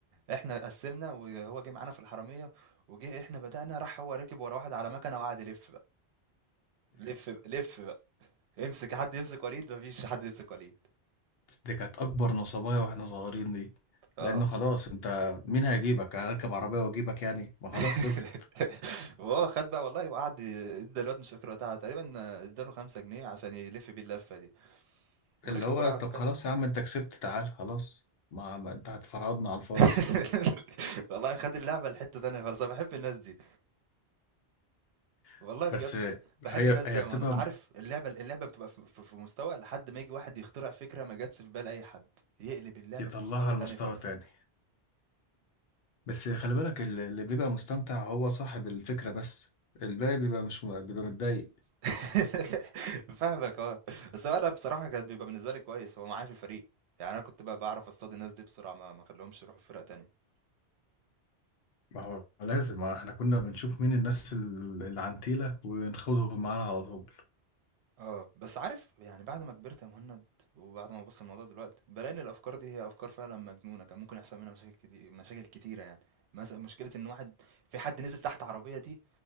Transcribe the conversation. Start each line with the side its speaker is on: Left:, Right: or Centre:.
Right: احنا قسمنا وهو جه معانا في الحراميه وجه احنا بدأنا راح هو ركب ورا واحد على مكنه وقعد يلف لف ب- لف بقى امسك حد يمسك وليد مفيش حد يمسك وليد
Left: دي كانت اكبر نصبايا واحنا صغيرين دي
Right: اه
Left: لانه خلاص انت مين هيجيبك انا اركب عربيه واجيبك يعني ما خلاص
Right: <laughs>
Left: خلصت
Right: وهو خد بقى والله وقعد ي- ادى الواد مش فاكر وقتها تقريبا اداله خمسة جنيه عشان يلف بيه اللفة دي وركب
Left: اللي هو
Right: وراه على
Left: طب
Right: المكنة
Left: خلاص يا عم انت كسبت تعال خلاص ما, ما انت هتفرضنا على الفاضي
Right: <laughs> والله خد اللعبة لحتة تانية خالص انا بحب الناس دي
Left: <laughs>
Right: والله بجد
Left: بس
Right: بحب
Left: هي
Right: الناس
Left: هي
Right: دي وانا
Left: بتبقى
Right: عارف اللعبة اللعبة بتبقى في في- في مستوى لحد ما يجي واحد يخترع فكرة ما جاتش في بال اي حد يقلب اللعبة
Left: يطلعها
Right: في مستوى
Left: لمستوى
Right: تاني خالص
Left: تاني بس خلي بالك اللي اللي بيبقى مستمتع هو صاحب الفكره بس الباقي بيبقى مش م- بيبقى متضايق
Right: <laughs> فاهمك اه بس هو انا بصراحه كان بيبقى بالنسبه لي كويس هو معايا في الفريق يعني انا كنت بقى بعرف اصطاد الناس دي بسرعه ما ما اخليهمش يروحوا فرق تانية
Left: ما هو لازم احنا كنا بنشوف مين الناس ال- العنتيلة ونخوضهم معانا على طول
Right: اه بس عارف يعني بعد ما كبرت يا مهند وبعد ما ببص الموضوع دلوقتي بلاقي ان الافكار دي هي افكار فعلا مجنونه كان ممكن يحصل منها مشاكل كتير مشاكل كتيره يعني مثلا مشكله ان واحد في حد نزل تحت عربيه دي